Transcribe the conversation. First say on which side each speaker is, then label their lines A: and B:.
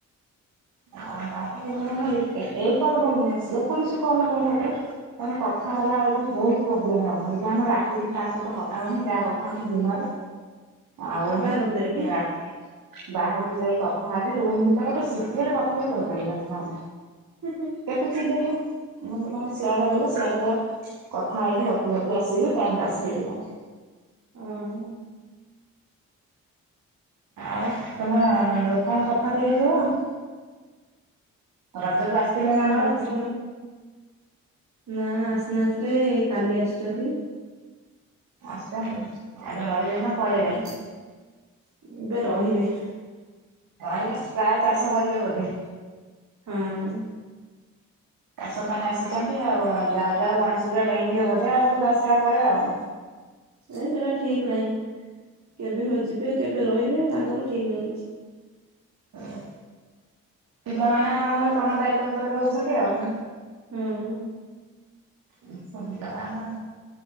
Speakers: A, on the right; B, on the right.
A: ହଁ ତାପରେ <unintelligible> ଏ-ଏଇ କଲ ପରେ ନୁହେଁ ଯେ କୌଣସି କଲ ହଉ ଗୋଟେ। କାରଣ କଥା ହେଲା ବେଳକୁ ବହୁତ ପ୍ରୋବ୍ଲେମ ହବ ସେଇଥି ପାଇଁ ମୁଁ ରାତିରେ କାହା ସହିତ କଥା ହଉନି ଯାହା କଥା ହଉଚି ଦିନରେ। ଆଉ
B: ବାହାରକୁ ଯାଇକି
A: ରା ବାହାରକୁ ଯାଇ କଥା ହେବି ରୁମ ଭିତରେ ବସି। ଏତିକି ଗୋଟେ କଥା ବି କହିପାରିବନି କାହାକୁ।
B: ହେଁ ହେଁ।
A: କେତେ ଚିଲେଇମି? ମୁଁ ସେଇଥି ପାଇଁ ସିଆଡେ ଗଲେ ସିଆଡେ ଯା। କଥା ହେଇକି ଗପି ଗପି ଆସିବି ଟାଇମ ପାସ୍ ହେଇଯିବ।
B: ଆଉ।
A: ଆଉ ତମ ଲୋକଙ୍କ କଥା ଟିକେ କୁହ। ରଜକୁ ଆସିଥିଲ ନା
B: ହଁ
A: ଘରକୁ?
B: ସମ ନା ଆସିନଥିଲେ ଏଇ କାଲି ଆସିଛନ୍ତି।
A: ଆସିଚନ୍ତି। ଆଜି ରହିବେ ନା? ପଳେଇବେ?
B: ହୁଁ ଏବେ ରହିବେ?
A: ରହିବେ ପ୍ରାୟ ଚାଷ କରିବେ ବୋଧେ।
B: ହୁଁ।
A: ଚାଷ ପାଇଁ ଆସିଛନ୍ତି ଆଉ ଯାଉ ଯାଉ ଗଣେଶ ପୂଜା ଡେଇଁଯିବ ବୋଧେ ଆଉ ସେ ଦଶହରା ପରେ ଆଉ।
B: ଏ ସେଟା ଠିକ ନାହିଁ କେବେ ଯିବେ କେବେ ରହିବେ ତାଙ୍କର ଠିକ ନାହିଁ।
A: ହଁ। ପିଲାମାନେ ଆଙ୍କ ତମ ଦାୟିତ୍ଵ ଉପରେ ରହୁଛନ୍ତି ଆଉ।
B: ହୁଁ।
A: ଏ ସବୁ ବିଲ୍ ବାଡର।